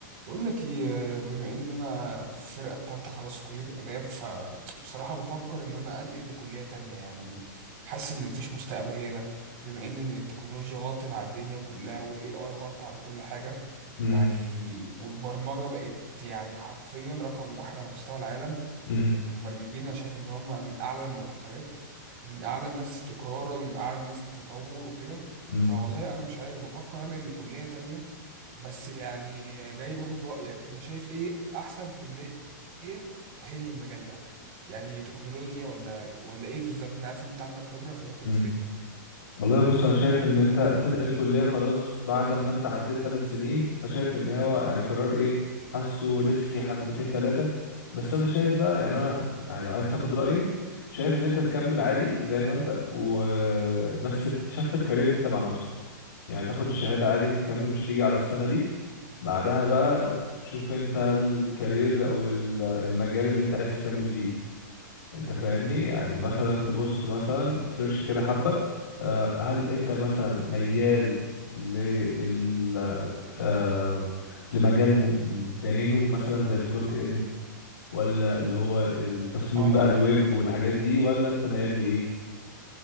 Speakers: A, on the right; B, on the left.
A: بقول لك ايه بما ان انا في الفرقه التالتة خلاص في كليه اداب فبصراحه بفكر ان انا انقل لكليه تانية يعني حاسس ان مفيش مستقبل هنا بما ان التكنولوجيا غطت على الدنيا كلها والاي اي غطى على كل حاجه
B: امم
A: يعني والبرمجه بقت يعني حرفيا رقم واحد على مستوى العالم
B: امم
A: يعني المبرمجين انا شايف ان هم من اعلى المرتبات ومن اعلى الناس استقرارا ومن اعلى الناس تطور وكده
B: امم
A: فوالله انا مش عارف بفكر انقل لكليه تانية بس يعني جاي باخد رأيك انت شايف ايه احسن كلية هني المجال ده يعني تكنولوجيا ولا ولا ايه بالظبط انا عارف ان انت عندك خبرة فممكن
B: امم
A: تفيدني
B: والله بص انا شايف ان انت تنقل كليه خلاص بعد ما انت عديت ثلاث سنين فشايف ان هو يعني قرار ايه حاسه ريسكي حبتين ثلاثه بس انا شايف بقى يعني انا يعني لو عايز تاخد رايي شايف ان انت تكمل عادي زي ما انت وبس تشفت كارير انت مع نفسك يعني تاخد الشهاده عادي تكمل مش هتيجي على السنه دي بعدها بقى تشوف انت الكارير او ال- المجال اللي انت عايز تكمل فيه انت فاهمني يعني مثلا تبص مثلا تسيرش كده حبة آه، هل انت مثلا ميال لل آه، لمجال م- م- بعينه مثلا زي الفرونت اند ولا اللي هو التصميم
A: اه
B: بقى الويب والحاجات دي ولا انت ميال لايه